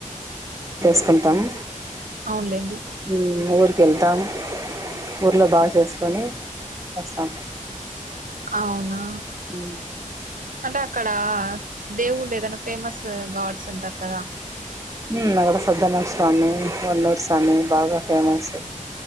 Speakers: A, on the right; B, on the right.
A: సుకుంటాము
B: అవునులేండి
A: ఉమ్ ఊరికి వెళ్తాం ఊర్లో బాగా చేసుకొని వస్తాం
B: అవునా
A: ఉ
B: అంటే అక్కడ దేవుళ్ళు ఏదైనా ఫేమస్ గాడ్స్ ఉంటారు కదా
A: హు అక్కడ సద్దన స్వామి వన్నూరు స్వామి బాగా ఫేమస్